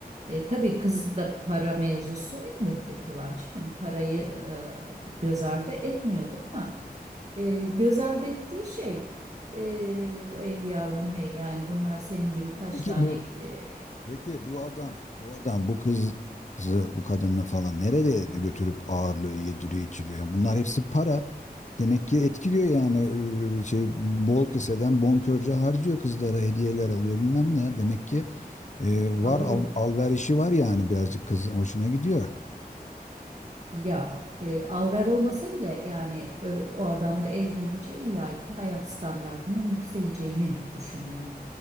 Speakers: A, on the right; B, on the left.
A: E, tabii kız da para mevzusu elbette ki var canım. Parayı e, göz ardı etmiyordur ama e, göz ardı ettiği şey e, ey yavrum hey yani bunlar senin gibi kaç
B: Peki
A: tane
B: bu
A: e,
B: peki bu adam, bu adam bu kızı, bu kadını falan nerede götürüp ağırlıyor, yediriyor, içiriyor? Yani bunlar hepsi para. Demek ki etkiliyor yani e, şey bol keseden bonkörce harcıyor kızlara hediyeler alıyor bilmem ne. Demek ki e, var
A: alıyor.
B: al, alverişi var yani birazcık kız hoşuna gidiyor.
A: Ya e, al olmasa bile yani e, o adamla evlenince illaki hayat standartının yükseleceğini düşünüyor.